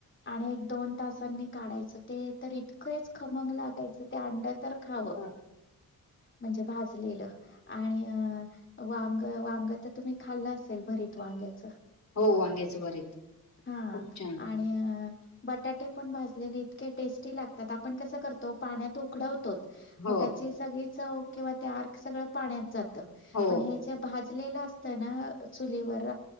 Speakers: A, on the left (about 35°); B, on the left (about 50°).
A: आणि एक दोन तासांनी काढायचं ते तर इतकंच, खमंग लागायच ते अंड तर खाव.
B: हा
A: म्हणजे भाजलेलं आणि वांग वांग तर तुम्ही खाल्लं असेल भरीत वांग्याच,
B: हो, वांग्याचं भरीत
A: हा
B: खूप छान
A: आणि अ बटाटे पण भाजलेले इतके टेस्टी लागतात आपण कस कसं करतो पाण्यात उकडवतोत.
B: हो
A: मग त्याची सगळी चव किंवा ते आर्क सगळ पाण्यात जात.
B: हो
A: पण हे भाज लेला अस तना चुलीवर